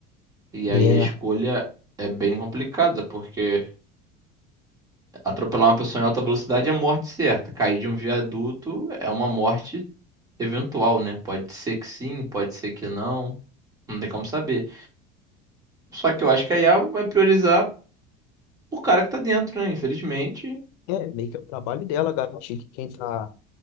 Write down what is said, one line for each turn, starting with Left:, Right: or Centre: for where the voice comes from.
Right: E
Left: É,
Right: aí a escolha é bem complicada, porque atropelar uma pessoa em alta velocidade é morte certa. Cair de um viaduto é uma morte eventual, né? Pode ser que sim, pode ser que não. Não tem como saber. Só que eu acho que a IA vai priorizar O cara que tá dentro, né? Infelizmente.
Left: é meio que é o trabalho dela garantir que quem tá